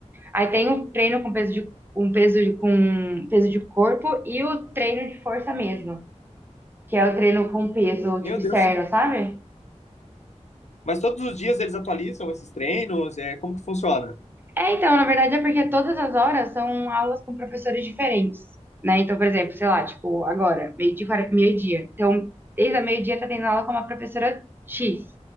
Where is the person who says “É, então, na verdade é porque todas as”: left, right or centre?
Right